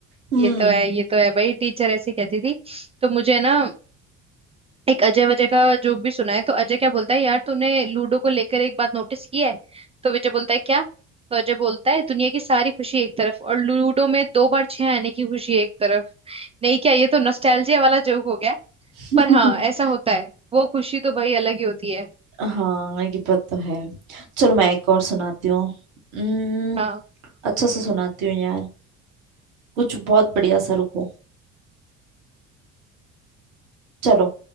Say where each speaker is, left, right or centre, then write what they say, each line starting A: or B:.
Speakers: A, on the right (about 70°); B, on the right (about 15°).
A: हम्म
B: ये तो है ये तो है भाई टीचर ऐसे कहती थी तो मुझे ना एक अजय वजय का जोक भी सुना है तो अजय क्या बोलता है यार तूने लूडो को लेकर एक बात नोटिस की है तो विजय बोलता है क्या तो अजय बोलता है दुनिया की सारी खुशी एक तरफ और लूडो में दो बार छह आने की खुशी एक तरफ नहीं क्या ये तो नॉस्टैल्जिया वाला जोक हो गया
A: <laughs>
B: पर हाँ ऐसा होता है वो खुशी तो भाई अलग ही होती है
A: हाँ ये बात तो है चलो मैं एक और सुनाती हूँ हम्म,
B: हाँ
A: अच्छा से सुनाती हूँ यार कुछ बहुत बढ़िया सा रुको चलो